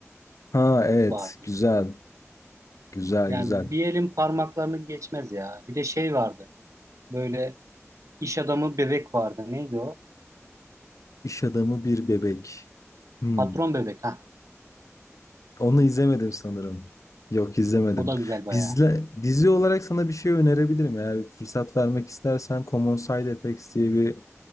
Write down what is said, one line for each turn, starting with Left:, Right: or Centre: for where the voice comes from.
Left: Ha evet
Right: vardı.
Left: güzel güzel
Right: Yani
Left: güzel.
Right: bir elin parmaklarını geçmez ya. Bir de şey vardı. Böyle iş adamı bebek vardı. Neydi o?
Left: İş adamı bir bebek. Hmm.
Right: Patron bebek. Ha,
Left: Onu izlemedim sanırım. Yok izlemedim.
Right: o da güzel bayağı.
Left: Dizle, dizi olarak sana bir şey önerebilirim. Eğer fırsat vermek istersen Common Side Effects diye bir